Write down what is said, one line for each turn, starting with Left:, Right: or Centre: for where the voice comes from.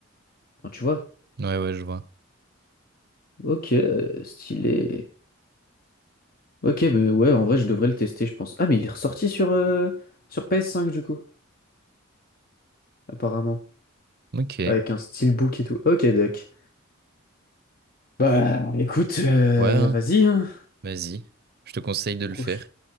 Left: enfin, tu vois?
Right: ouais ouais je vois.
Left: Ok, euh, stylé. Ok, mais ouais, en vrai, je devrais le tester, je pense. Ah, mais il est ressorti sur euh, sur ps cinq du coup. apparemment.
Right: Ok, ouais,
Left: Avec un steelbook et tout. Ok, Doc. Bah, écoute, euh,
Right: hein.
Left: vas-y, hein.
Right: vas-y, je te conseille de le
Left: Proche.
Right: faire.